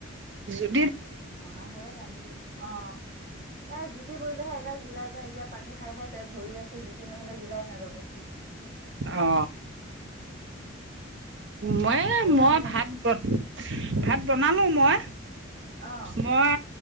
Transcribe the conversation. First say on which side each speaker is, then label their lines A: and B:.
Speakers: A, on the right; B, on the right.
A: যি
B: অ সেই ৰান্ধিলো অঁ এ জুতি কৰিলেহে এগাল গিলা যায় এতিয়া পানী খাই খাই পেট ভৰি আছে জুতি নহলে গিলাই নাযাবচোন।
A: অ মই এ
B: কি ৰান্ধিলেনো
A: মই ভাত ব ভাত বনালোঁ মই
B: অ
A: মই